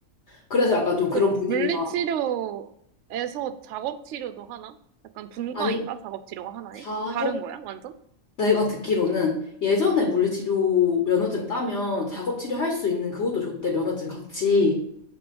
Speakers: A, on the left; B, on the right.
A: 그래서 약간 좀 그런
B: 근데
A: 분위기가
B: 물리치료에서 작업치료도 하나? 약간 분과인가?
A: 아니
B: 작업치료가 하나에?
A: 작업
B: 다른 거야? 완전?
A: 내가 듣기로는 예전에 물리치료 면허증 따면 작업치료 할 수 있는 그것도 줬대 면허증 같이